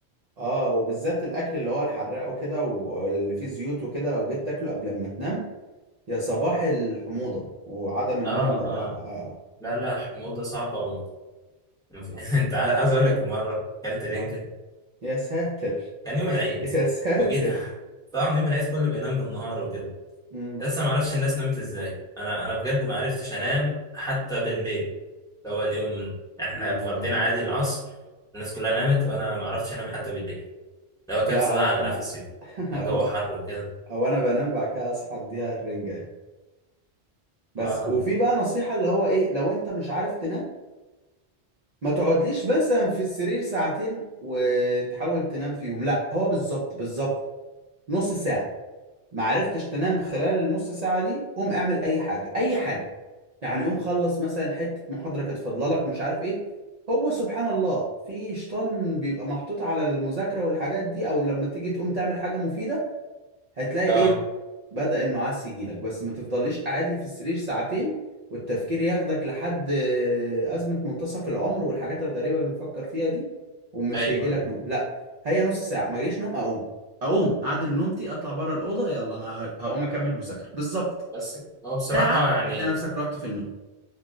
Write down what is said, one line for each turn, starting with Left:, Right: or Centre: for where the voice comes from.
Right: اه وبالذات الاكل اللي هو الحراق وكده واللي فيه زيوت وكده لو جيت تاكله قبل ما تنام يا صباح الحموضة وعدم النوم
Centre: اه
Right: والراحة
Centre: اه
Right: اه
Centre: لا لا حموضه صعبه و... <laughs> انت عا- عايز اقول لك في مره اكلت رنجه
Right: اه يا ساتر
Centre: كان
Right: <laughs>
Centre: يوم العيد
Right: يا ساتر
Centre: وجيت طبعا يوم العيد كله بينام بالنهار وكده
Right: امم
Centre: لسه ما اعرفش الناس نامت ازاي انا انا بجد ما عرفتش انام حتى بالليل اللي هو اليوم من- يعني احنا
Right: يا
Centre: اتغدينا
Right: نهار ابيض
Centre: عادي العصر الناس كلها نامت وانا ما عرفتش انام حتى بالليل اللي هو كبس
Right: لا هو
Centre: بقى على
Right: انا
Centre: نفسي
Right: <laughs>
Centre: كان جو
Right: هو
Centre: حر وكده
Right: هو انا بنام بعد كده اصحى اديها الرنجة يعني بس
Centre: اه
Right: وفي بقى نصيحة اللي هو ايه لو انت مش عارف تنام ما تقعدليش مثلا في السرير ساعتين وتحاول تنام فيهم لا هو بالظبط بالظبط نص ساعة ما عرفتش تنام خلال النص ساعة دي قوم اعمل أي حاجة أي حاجة يعني قوم خلص مثلا حتة محاضرة كانت فاضلة لك مش عارف إيه هو سبحان الله في شيطان بيبقى محطوط على المذاكرة والحاجات دي أو لما تيجي تقوم تعمل حاجة مفيدة هتلاقي
Centre: اه
Right: ايه بدأ النعاس يجيلك بس ما تفضليش قاعد لي في السرير ساعتين والتفكير ياخدك لحد آه، أزمة منتصف العمر والحاجات الغريبة اللي نفكر فيها دي ومش
Centre: ايوه
Right: هيجيلك
Centre: أيوة.
Right: نوم لا هي نص ساعة ما جاليش نوم أقوم أقوم أعدل نومتي أطلع بره الأوضة يلا أنا هقوم أكمل مذاكرة بالظبط
Centre: بس كده. هو بصراحه
Right: ساعة
Centre: يعني
Right: هتلاقي نفسك رحت في النوم